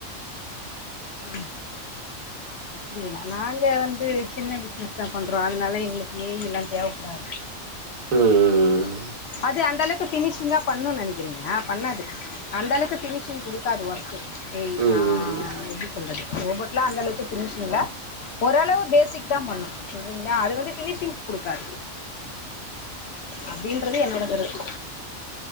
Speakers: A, on the left; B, on the right.
A: ஆ அப்டிங்ளா நாங்க வந்து சின்ன பிஸ்னஸ் தா பண்றோ அதனால எங்களுக்கு ஐ லா தேவப்படாது
B: ம்ம்ம்
A: அது அந்த அளவுக்கு பினிஷிங்கா பண்ணுன் நெனைக்கிறீங்களா பண்ணாது அந்த அளவுக்கு பினிஷிங் குடுக்காது ஒர்க்கு ஏ ஐ
B: ம்
A: ஆ
B: ம் ம்
A: எப்டி சொல்றது ரோபோட்லா அந்தளவுக்கு பினிசிங்ளா ஓரளவு பேசிக் தா பண்ணு சொல்றீங்ளா அது வந்து பினிசிங் குடுக்காது அப்டின்றது என்னோட கருத்து